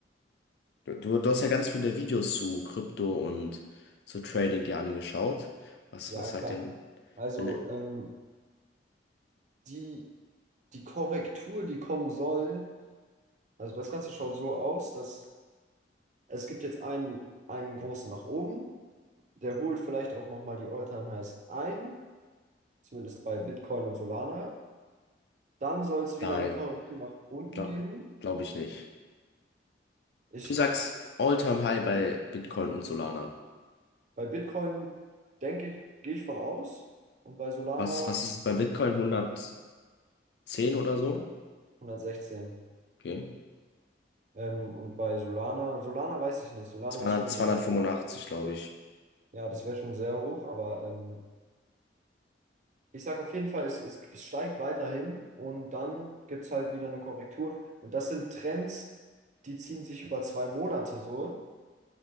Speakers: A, on the left; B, on the right.
A: Du, du du hast ja ganz viele Videos zu Krypto und zu Trading dir angeschaut. Was,
B: Ja,
A: was sagt
B: klar.
A: denn,
B: Also
A: denn
B: ähm, die, die Korrektur, die kommen soll, also das Ganze schaut so aus, dass es gibt jetzt einen, einen großen nach oben, der holt vielleicht auch nochmal die All-Time-Highs ein, zumindest bei Bitcoin und Solana. Dann soll es wieder
A: dein?
B: eine Korrektur nach unten
A: Glaube
B: geben.
A: glaub ich nicht.
B: Ich,
A: Du sagst
B: ich,
A: All-Time-High bei Bitcoin und Solana.
B: bei Bitcoin denke ich, gehe ich von aus und bei Solana
A: Was, was ist es bei Bitcoin? 110 oder so?
B: 116.
A: Okay.
B: Ähm, und bei Solana, Solana weiß ich nicht, Solana
A: 200,
B: ist schon
A: 285,
B: sehr hoch.
A: glaube ich.
B: Ja, das wäre schon sehr hoch, aber ähm, ich sage auf jeden Fall, es, es, es steigt weiterhin und dann gibt es halt wieder eine Korrektur. Und das sind Trends, die ziehen sich über zwei Monate so.